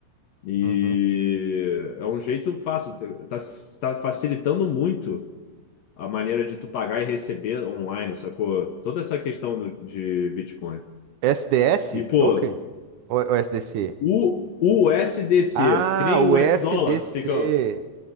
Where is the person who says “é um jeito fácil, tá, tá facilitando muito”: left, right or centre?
Left